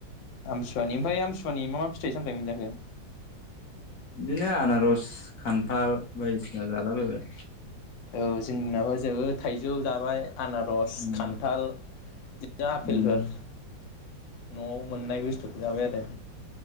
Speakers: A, on the left; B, on the left.
A: आमथिसुवानि ओमफ्राय आमसुवानि मा मा फिथाइ सामथायाइ मोनजाखो?
B: बिदिनो आनारस खान्थाल बायदिसिना जालाबायबाय।
A: औ जोंनाबा जोबो थाइजौ जाबाय। आनारस
B: उम
A: खान्थाल बिदिनो आफेलफोर
B: उम
A: न'आव मोननाय बुस्थु जाबाय आरो।